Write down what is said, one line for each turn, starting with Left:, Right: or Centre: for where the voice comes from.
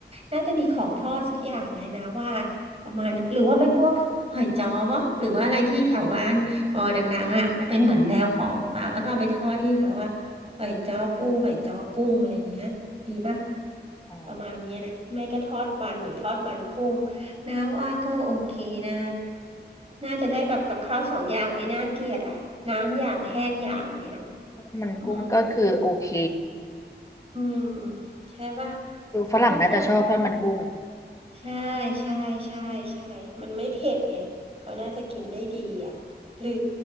Right: น่าจะมีของทอดสักอย่างไงนะว่านะประมาณนั้นหรือว่าเป็นพวกหอยจ้อปะหรือว่าอะไรที่แถวบ้านปอดังๆอ่ะเป็นเหมือนแนวของฝากแล้วก็เอาไปทอดที่เขาอ่ะหอยจ้อปูหอยจ้อกุ้งอะไรอย่างเงี้ยดีปะ
Left: อ๋อ
Right: ประมาณเนี้ยนะไม่ก็ทอดมันหรือทอดมันกุ้งนะว่าก็โอเคนะน่าจะได้แบบกับข้าวสองอย่างไม่น่าเกลียดอ่ะน้ำอย่างแห้งอย่างเงี้ย
Left: ทอดมันกุ้งก็คือโอเค
Right: อืมอืมใช่ปะ
Left: ดูฝรั่งน่าจะชอบทอดมันกุ้ง
Right: ถ้าอย่างใช่ใช่ใช่ใช่มันไม่เผ็ดไงเขาน่าจะกินได้ดีอ่ะหรือ